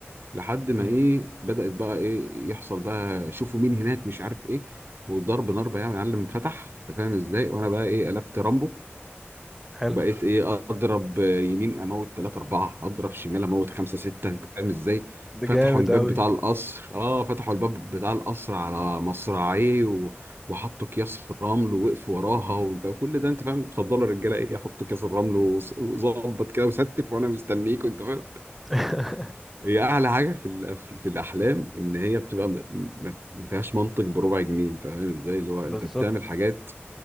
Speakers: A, on the right; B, in the centre.
A: لحد
B: امم
A: ما ايه بدأت بقى ايه يحصل بقى شوفوا مين هناك مش عارف ايه وضرب نار بقى يعني يا معلم فتح انت فاهم ازاي وانا بقى ايه قلبت رامبو
B: حلو
A: وبقيت ايه اضرب يمين اموت 3 4 اضرب شمال اموت 5 6 انت فاهم ازاي
B: ده
A: فتحوا
B: جامد
A: الباب
B: اوي
A: بتاع القصر اه فتحوا الباب بتاع القصر على مصراعيه و... وحطوا اكياس رمل ووقفوا وراها وانت كل ده انت فاهم اتفضلوا يا رجاله ايه حطوا اكياس الرمل وص- وظبط كده وستف وانا مستنيك وانت فاهم
B: <laughs>
A: هي اعلى حاجه في ال... في الاحلام ان هي بتبقى م... م... ما فيهاش منطق بربع جنيه انت فاهم ازاي اللي هو
B: بالظبط
A: انت بتعمل حاجات